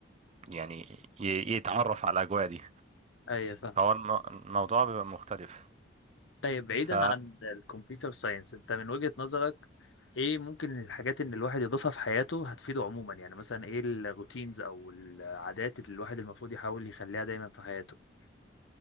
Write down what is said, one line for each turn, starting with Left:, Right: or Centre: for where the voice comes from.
Right: يعني ي- يتعرف على الاجواء دي
Left: اي فاهم
Right: فهو الم- الموضوع بيبقى مختلف
Left: طيب بعيدا
Right: ف
Left: عن الكمبيوتر ساينس انت من وجهة نظرك ايه ممكن الحاجات ان الواحد يضيفها في حياته هتفيده عموما يعني مثلا ايه الروتينز او العادات اللي الواحد المفروض يحاول يخليها دايما في حياته